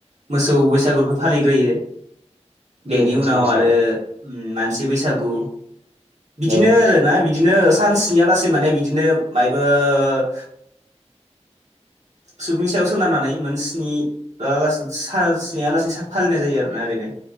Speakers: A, on the right (about 75°); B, on the right (about 55°).
A: मोसौ बैसागुखौ फालिग्रोयो बेनि
B: औ मोसौ
A: उनाव
B: बैसागो
A: आरो उम मानसि बैसागु बिदिनो
B: औ
A: आरोना बिदिनो सान स्निलासेै माने बिदिनो माय ओ सुबुंनि सायाव सोनारनानै मोन स्नि ओ सा स्नि आ लागै फालिनाय जायो आरोना ओरैनो